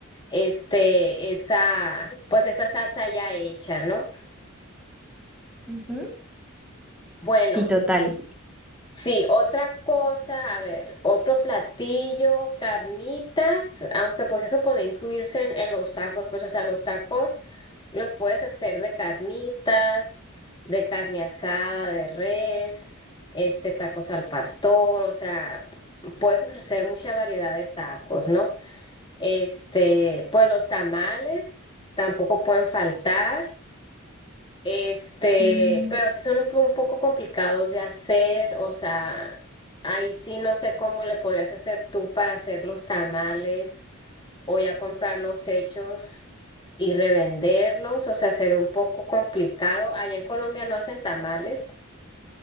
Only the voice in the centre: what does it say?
Ujú.
Sí, total.
Mm,